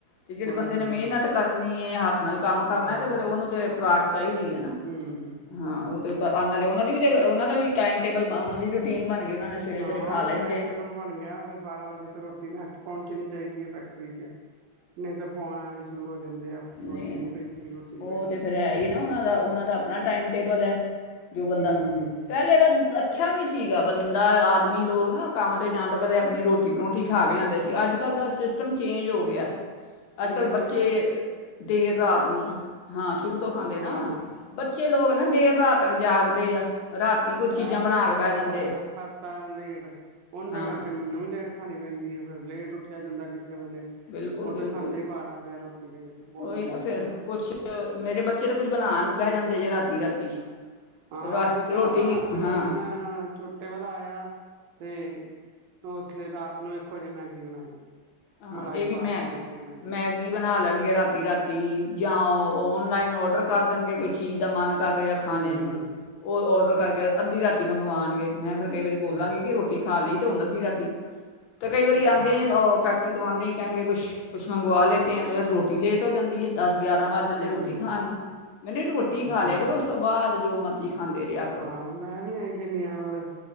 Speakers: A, on the left; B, on the right.
A: ਤੇ ਜਿਹੜੇ
B: ਹਾਂਜੀ
A: ਬੰਦੇ ਨੇ ਮਿਹਨਤ
B: ਹਾਂਜੀ
A: ਕਰਨ ਨੀ ਇਹ ਹੱਥ ਨਾਲ ਕੰਮ ਕਰਨਾ
B: ਹਾਂ
A: ਤੇ, ਫੇਰ ਉਹਨੂੰ ਤੇ ਖੁਰਾਕ। ਚਾਹੀਦੀ ਹੈ ਨਾ,
B: ਹੂੰ
A: ਹਾਂ, ਉਹ ਤੇ, ਆ ਨਾਲੇ ਉਹਨਾਂ ਦੀ ਵੀ ਤੇ ਉਹਨਾ ਦਾ ਵੀ ਟਾਈਮ ਟੇਬਲ, ਉਹਨਾਂ ਦੀ ਰੂਟੀਨ ਬਣ ਗਈ। ਉਹਨਾਂ ਨੇ ਸਵੇਰੇ
B: ਹਾਂ,
A: ਸਵੇਰੇ ਖਾ ਲੈਂਦੇ
B: ਟਾਈਮ ਟੇਬਲ ਬਣ ਗਿਆ, ਫੇਰ ਬਾਰਾਂ ਵਜੇ ਤੇ ਰੋਟੀ ਨਾ ਹੱਟ ਪਹੁੰਚਣੀ ਚਾਹੀਦੀ ਹੈ। ਫੇਰ ਠੀਕ ਏ ਨਹੀਂ ਤਾਂ ਫੋਨ ਆਉਣੇ ਸ਼ੁਰੂ ਹੋ ਜਾਂਦੇ ਆ।
A: ਨਹੀਂ,
B: ਰੋਟੀ ਭੇਜੀ ਰੋਟੀ ਨਹੀਂ
A: ਉਹ
B: ਭੇਜੀ
A: ਤੇ ਫਿਰ ਹੈ ਹੀ ਨਾ, ਉਹਨਾਂ ਦਾ ਉਹਨਾਂ ਦਾ ਆਪਣਾ ਟਾਈਮ ਟੇਬਲ ਹੈ ਜੋ ਬੰਦਾ
B: ਹੂੰ
A: ਪਹਿਲੇ ਪਰ ਅੱਛਾ ਵੀ ਸੀਗਾ ਬੰਦਾ ਆਦਮੀ ਲੋਕ ਨਾ ਕੰਮ 'ਤੇ ਜਾਂ ਤੋ ਪਹਿਲੇ ਆਪਣੀ ਰੋਟੀ, ਪਰੋਂਂਠੀ ਖਾ ਕੇ ਜਾਂਦੇ ਸੀ‌। ਅੱਜ ਕੱਲ੍ਹ ਦਾ ਸਿਸਟਮ ਚੇਂਜ ਹੋ ਗਿਆ। ਅੱਜ
B: ਨਹੀਂ,
A: ਕੱਲ
B: ਨਹੀਂ,
A: ਬੱਚੇ
B: ਆਤ
A: ਦੇਰ ਰਾਤ ਨੂੰ, ਹਾਂ ਸ਼ੁਰੂ ਤੋਂ ਖਾਂਦੇ ਨਾ
B: ਹਾਂ
A: ਬੱਚੇ ਲੋਕ ਨਾ ਦੇਰ ਰਾਤ ਜਾਗਦੇ ਆ। ਰਾਤੀ ਕੋਈ ਚੀਜ਼ਾਂ
B: ਆਂ
A: ਬਣਾ
B: ਮੇਰਾ
A: ਕੇ
B: ਭਰਾ
A: ਬਹਿ ਜਾਂਦੇ
B: ਖਾ
A: ਆ
B: ਖਾਤਾ ਏ ਲੇਟ ਉਂਹਦੇ
A: ਹਾਂ
B: ਕਰਕੇ ਮੈਨੂੰ ਵੀ ਲੇਟ ਖਾਣੀ ਪੈਂਦੀ ਹੈ। ਫਿਰ ਲੇਟ ਉੱਠਿਆ ਜਾਂਦਾ ਕਿ। ਵੇਲੇ
A: ਬਿਲਕੁਲ
B: ਉਹ
A: ਬਿਲਕੁਲ
B: ਤਾਂ ਖਾਂਦਾ ਹੀ, ਬਾਰਾਂ ਜਿਹਾ ਰੋਟੀ ਲੇਟ ਬਹੁਤ
A: ਉਹੀ
B: ਲੇਟ
A: ਨਾ ਫਿਰ
B: ਖਾਂਦਾ
A: ਕੁਛ ਮੇਰੇ ਬੱਚੇ ਤਾਂ ਕੁਝ ਬਣਾਉਣ ਬਹਿ ਜਾਂਦੇ ਜੇ ਰਾਤੀ- ਰਾਤੀ
B: ਹਾਂ,
A: ਰਾ
B: ਉਹੀ ਤਾਂ,
A: ਰੋਟੀ
B: ਉਹ ਰਾਤੀ
A: ਹਾਂ
B: ਉਸ ਦਿਨ ਛੋਟੇ ਵਾਲਾ ਆਇਆ ਤੇ ਉਸ ਪਿਛਲੇ ਰਾਤ ਨੂੰ ਇੱਕ ਵਜੇ ਮੈਗੀ ਬਣਾਈ ਆ।
A: ਆਹ
B: ਮਲਾਈ
A: ਇਹ
B: ਪਾ
A: ਵੀ ਮੈ,
B: ਕੇ ਮੈਗੀ ਬਣਾਈ
A: ਮੈਗੀ ਬਣਾ ਲੈਣੀ। ਰਾਤੀ ਰਾਤੀ ਜਾਂ ਔਨਲਾਈਨ ਔਡਰ ਕਰ ਦੇਣਗੇ, ਕੋਈ ਚੀਜ਼ ਦਾ ਮਨ ਕਰ ਰਿਹਾ ਖਾਣੇ
B: ਹੂੰ
A: ਨੂੰ ਉਹ ਔਡਰ ਕਰਕੇ ਅੱਧੀ ਰਾਤੀ ਮੰਗਵਾਣਗੇ। ਮੈਂ, ਫਿਰ ਕਈ ਵਾਰੀ ਬੋਲਾਂਗੀ
B: ਹਾਂ
A: ਕਿ, ਰੋਟੀ ਖਾ ਲਈ ਤੇ ਹੁਣ ਅੱਧੀ ਰਾਤੀ। ਤੇ ਕਈ ਵਾਰੀ
B: ਹਾਂ
A: ਆਉਂਦੇ, ਹੀ ਫੈਕ ਰੋ ਤੋਂਵਾਉਂਦੇ ਹੀ ਕਹਿਣਗੇ ਕੁਛ, ਕੁਛ ਮੰਗਵਾ ਲੇਤੇ ਹੈ, ਤਾਂ ਫਿਰ ਰੋਟੀ ਲੇਟ ਹੋ ਜਾਂਦੀ ਹੈ। ਦਸ, ਗਿਆਰਾਂ ਵੱਜ ਜਾਂਦੇ
B: ਹੂੰ
A: ਰੋਟੀ ਖਾਣ ਨੂੰ, ਮੈਂਨ ਰੋਟੀ
B: ਹਾਂਜੀ
A: ਖਾ ਲਿਆ
B: ਹਾਂਜੀ
A: ਕਰੋ ਉਸ ਤੋਂ ਬਾਅਦ ਜੋ ਮਰਜ਼ੀ। ਖਾਂਦੇ ਰਿਹਾ ਕਰੋ
B: ਹਾਂ, ਮੈਂ ਵੀ, ਆਹੀਂ ਕਨੀ ਹ ਹੋਰ